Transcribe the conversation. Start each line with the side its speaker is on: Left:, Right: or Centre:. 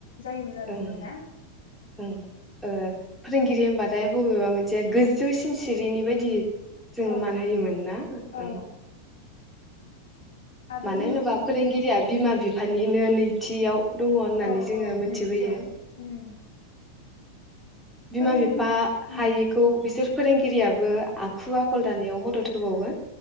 Left: जायोमोन आरो
Centre: ओं
Left: जोङो ना।
Centre: ओं ओ फोरोंगिरि होनबाथाय बबेबा मोनसे गोजौसिन सिरिनि बायदि जोङो
Left: औ
Centre: मान होयोमोन ना ओं।
Left: औ आरो
Centre: मानो
Left: बुंनो
Centre: होनोबा
Left: थाङो
Centre: फोरोंगिरिया बिमा बिफानिनो नैथियाव दङ' होननानै
Left: औ
Centre: जोङो
Left: औ
Centre: मोनथिबोयो।
Left: नैथियाव उम
Centre: बिमा
Left: फोरों
Centre: बिफा हायैखौ
Left: उम
Centre: बिसोर फोरोंगिरियाबो आखु आखल दानायाव म <unintelligible>